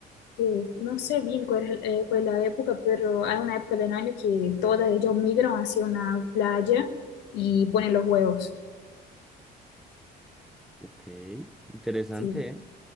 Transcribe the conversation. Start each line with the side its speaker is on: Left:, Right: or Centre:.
Left: que no sé bien cuál es, eh, cuál es la época, pero hay una época del año que todas ellas migran hacia una playa y ponen los huevos.
Centre: Ok, interesante,
Left: Sí,
Centre: ¿eh?